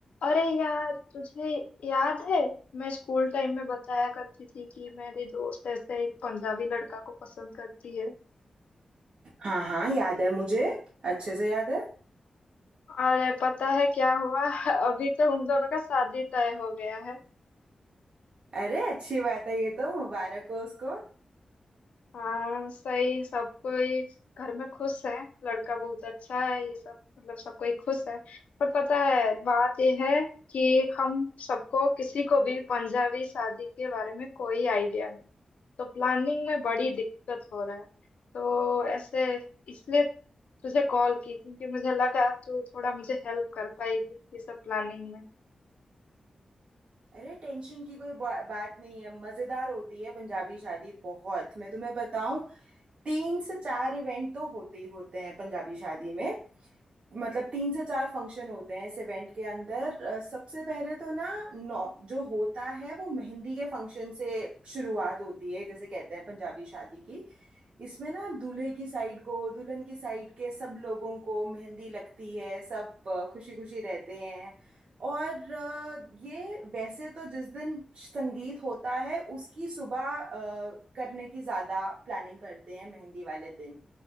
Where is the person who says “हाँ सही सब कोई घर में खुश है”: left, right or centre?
Left